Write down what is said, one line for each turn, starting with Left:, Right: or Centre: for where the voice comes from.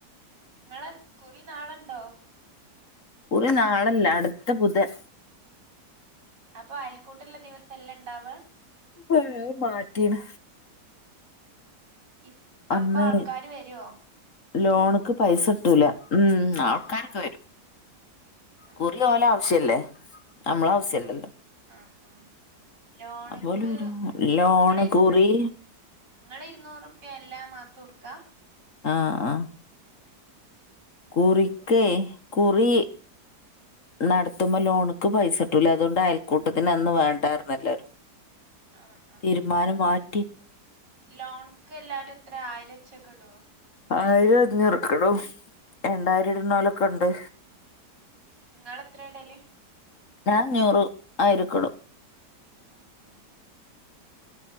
Right: ങ്ങളെ കുറി നാളെണ്ടോ
Left: കുറിനാളെല്ല അടുത്ത ബുധൻ
Right: അപ്പൊ അൽക്കൂട്ടള്ള ദിവസല്ലണ്ടാവ
Left: ഹേ അത് മാറ്റീണ്
Right: ഇപ്
Left: അന്ന്
Right: അപ്പാൾക്കാര് വരോ
Left: ലോണ്ക്ക് പൈസട്ടൂല. ഉം ആൾക്കാരൊക്കെ വരും
Right: ആഹ്
Left: കുറി ഓലെ ആവശ്യ അല്ലേ നമ്മളെ
Right: ആഹ്
Left: ആവശ്യല്ലല്ലോ
Right: ആഹ് ആഹ് ലോണക്ക്
Left: അപ്പോലെ വരും
Right: ഇ
Left: ലോണ്
Right: ഇങ്ങള് ഇരു
Left: കുറി
Right: ഇങ്ങൾ ഇരുന്നൂറ് ഉറുപ്യ എല്ലാ മാസം എടുക്കാ
Left: ആഹ് ആഹ്
Right: ഉം
Left: കുറിക്ക്കേ കുറി നടത്തുമ്പോൾ ലോണിക്ക് പൈസ ഇട്ടൂല്ല അതുകൊണ്ട് അയൽക്കൂട്ടത്തിന്റെ അന്ന് വേണ്ടാന്ന് പറഞ്ഞെല്ലാരും
Right: ആഹ്
Left: തീരുമാനം മാറ്റി
Right: ലോൺക്ക് എല്ലാവരും എത്ര ആയിരവെച്ചൊക്കെ ഇടോ
Left: ആയിരം അഞ്ഞെറോക്കടും രണ്ടായിരം ഇടുന്നോലൊക്കെ ഉണ്ട്
Right: നിങ്ങളെത്രയാ ഇടല്
Left: ഞാൻ അഞ്ഞൂറ് ആയിരോക്കേ ഇടും
Right: ആ ഉം ഉം